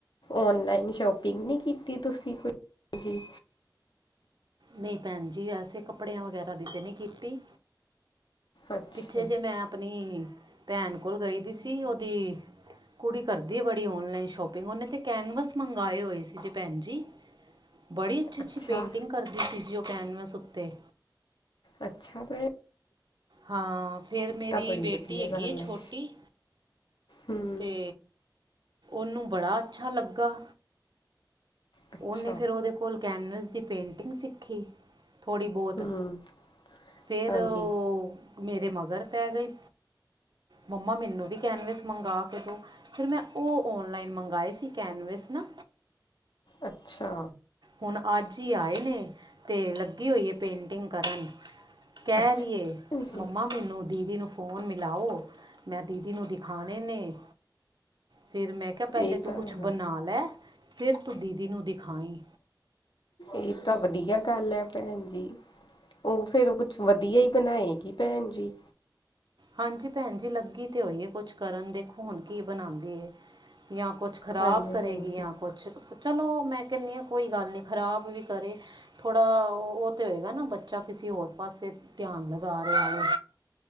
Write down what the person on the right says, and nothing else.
ਨਈ ਭੈਨ ਜੀ ਵੈਸੇ ਕੱਪੜਿਆਂ ਵਗੈਰਾ ਦੀ ਤੇ ਨੀ ਕੀਤੀ
ਪਿੱਛੇ ਜੇ ਮੈਂ ਅਪਣੀ ਭੈਣ ਕੋਲ ਗਈ ਦੀ ਸੀ ਓਦੀ ਕੁੜੀ ਕਰਦੀ ਏ ਬੜੀ ਔਨਲਾਈਨ ਸ਼ੋਪਿੰਗ ਓਨੇ ਤੇ ਕੈਨਵਸ ਮੰਗਾਏ ਹੋਏ ਸੀ ਜੇ ਭੈਨ ਜੀ। ਬੜੀ ਅੱਛੀ-ਅੱਛੀ
ਪੇਂਟਿੰਗ ਕਰਦੀ ਸੀ ਜੀ ਓ ਕੈਨਵਸ ਉੱਤੇ।
ਹਾਂ। ਫੇਰ ਮੇਰੀ
ਬੇਟੀ
ਹੈਗੀ
ਏ ਛੋਟੀ
ਤੇ ਓਨੂੰ ਬੜਾ ਅੱਛਾ ਲੱਗਾ
ਓਨੇ ਫੇਰ ਓਦੇ ਕੋਲ ਕੈਨਵਸ ਦੀ ਪੇਂਟਿੰਗ ਸਿੱਖੀ ਥੋੜ੍ਹੀ ਬੋਤ
ਫੇਰ
ਓ ਮੇਰੇ ਮਗਰ ਪੈ ਗਈ, ਮੰਮਾ ਮੈਨੂੰ ਵੀ ਕੈਨਵਸ ਮੰਗਾ ਕੇ ਦੋ ਫੇਰ ਮੈਂ ਓ ਔਨਲਾਈਨ ਮੰਗਾਏ ਸੀ ਕੈਨਵਸ ਨਾ।
ਹੁਨ ਅੱਜ ਈ ਆਏ ਨੇ ਤੇ ਲੱਗੀ ਹੋਈ ਏ ਪੇਂਟਿੰਗ ਕਰਨ ਕੈ
ਰੀ ਏ
ਮੰਮਾ ਮੈਨੂੰ ਦੀਦੀ ਨੂੰ ਫੋ ਫ਼ੋਨ ਮਿਲਾਓ, ਮੈਂ ਦੀਦੀ ਨੂੰ ਦਿਖਾਣੇ ਨੇ ਫਿਰ ਮੈਂ ਕਿਆ ਪੈਲੇ
ਤੂੰ ਕੁਛ ਬਣਾ ਲੈ ਫੇਰ ਤੂੰ ਦੀਦੀ ਨੂੰ ਦਿਖਾਈ।
ਹਾਂਜੀ ਭੈਨਜੀ ਲੱਗੀ ਤੇ ਹੋਈ ਏ ਕੁਛ ਕਰਨ ਦੇਖੋ ਹੁਣ ਕੀ ਬਨਾਂਦੀ ਏ ਯਾਂ ਕੁਛ ਖਰਾਬ
ਕਰੇਗੀ
ਯਾ ਕੁਛ, ਚਲੋ ਮੈਂ ਕੈਂਨੀ ਆ ਕੋਈ ਗੱਲ ਨੀ ਖਰਾਬ ਵੀ ਕਰੇ ਥੋੜਾ ਓ ਤੇ ਹੋਏਗਾ ਨਾ ਬੱਚਾ ਕਿਸੇ ਹੋਰ ਪਾਸੇ ਧਿਆਨ ਲਗਾ ਰਿਆ ਵੇ।